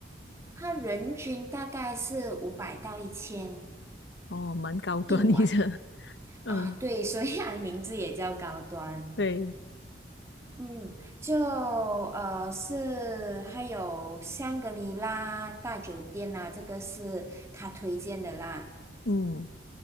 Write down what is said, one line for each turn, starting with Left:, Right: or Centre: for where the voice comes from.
Right: 它人均大概是五百到一千
Left: 哦，蛮高端一的，
Right: 一晚。
Left: <laughs> 嗯，
Right: 啊，对，所以它的名字也叫高端。
Left: 对，
Right: 嗯，就呃是还有香格里拉大酒店呐、这个是他推荐的啦。
Left: 嗯，